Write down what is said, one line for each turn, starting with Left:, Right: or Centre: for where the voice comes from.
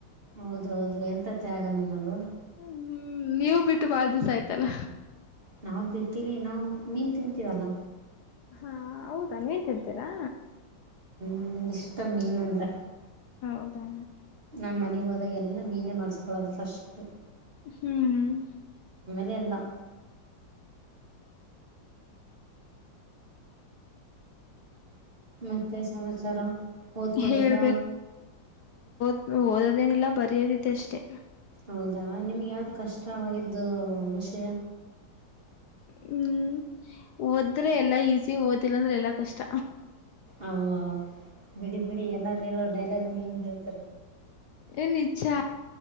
Right: ಹೌದು ಹೌದು ಎಂಥ ತ್ಯಾಗ ನಿನ್ನದು
Left: ಹ್ಮ್ ನೀವು ಬಿಟ್ಟು ಬಾಳ ದಿವಸ ಆಯ್ತಲ್ಲ
Right: ನಾವ್ ಬಿಡ್ತೀವಿ ನಾವವು ಮೀನ್ ತಿಂತೀವಲ್ಲ
Left: ಹಾ ಹೌದಾ ನೀಂತಂತೀರಾ
Right: ಹ ಇಷ್ಟ ಮೀನು ಅಂದ್ರೆ
Left: ಹೌದಾ
Right: ನಮ್ಮ ಮನೆಗ್ ಹೋದಾಗ ಎಲ್ಲ ಮೀನೇ ಮಾಡಸ್ಕೊಳೋದು ಫಸ್ಟ್
Left: ಹ್ಮ್
Right: ನಿನ್ನ <unintelligible> ಮತ್ತೆ ಸಮಾಚಾರ ಓದ್ಕೋಬೇಕಾ
Left: ಹೇಳ್ಬೇಕು ದ್ ಓದದೇನಿಲ್ಲ ಬರಿಯೋದಿದೆ ಅಷ್ಟೇ
Right: ಹೌದಾ ನಿಮ್ಗೆ ಯಾವ್ದು ಕಷ್ಟವಾಗಿದ್ದು ವಿಷಯ
Left: ಹ್ಮ್ ಓದ್ರೆ ಎಲ್ಲಾ ಈಸಿ ಓದಿಲ್ಲ ಅಂದ್ರೆ ಎಲ್ಲಾ ಕಷ್ಟ
Right: ಅವ ಬಿಡಿ ಬಿಡಿ ಎಲ್ಲ ೀಲೋ ಡೈಲಾಗ್ನ ನೀನು ಹೇಳ್ತಾರ
Left: ಏನ್ ನಿಜ